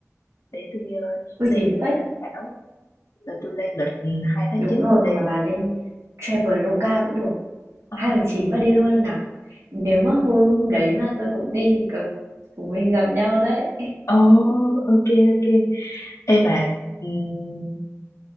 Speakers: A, on the left (about 65°); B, on the right (about 65°).
A: để tôi ờ,
B: uy
A: xem
B: tín
A: tôi
B: phết.
A: tham khảo. Rồi tôi lên lịch ừ, 2 tháng
B: Đúng
A: chín
B: rồi,
A: tôi
B: hoặc
A: đi.
B: là bà lên Traveloka cũng được.
A: Ờ,
B: hai tháng chín bà đi luôn nè Nếu mà hôm hôm đấy mà tôi cũng đi thì có chúng mình gặp nhau đấy.
A: Ồ, ok, ok. Ê bà, ừm,